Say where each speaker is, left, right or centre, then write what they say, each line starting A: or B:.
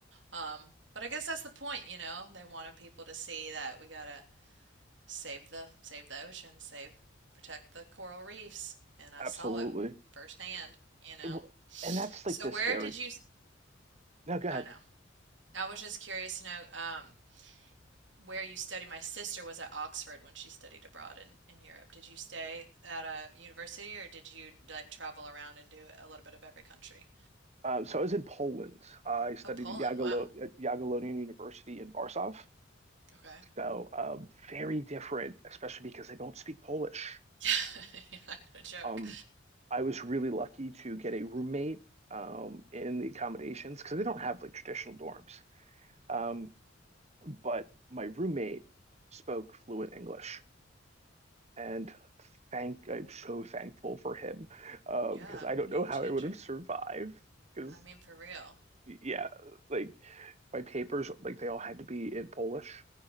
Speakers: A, on the right; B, on the right.
A: Um, but I guess that's the point, you know. They wanted people to see that we gotta save the save the ocean, save protect the coral reefs, and I
B: absolutely.
A: saw it firsthand, you know.
B: It will- and that's like
A: So
B: the
A: where
B: scary.
A: did you?
B: No, go
A: I
B: ahead.
A: know. I was just curious to know. Um, where you study. My sister was at Oxford when she studied abroad in, in Europe. Did you stay at a university or did you like travel around and do a little bit of every country?
B: Uh, so I was in Poland. I studied
A: Oh, Poland.
B: at Jagiello
A: Wow.
B: at Jagiellonian University in Warsaw.
A: Okay.
B: So um, very different, especially because they don't speak Polish.
A: <laughs> Yeah, no joke.
B: Um, I was really lucky to get a roommate um, in the accommodations because they don't have like traditional dorms. Um, but my roommate spoke fluent English, and thank I'm so thankful for him uh,
A: Yeah,
B: because I don't
A: game
B: know how
A: changer.
B: I would have survived. Because
A: I mean, for real.
B: yeah, like my papers, like they all had to be in Polish.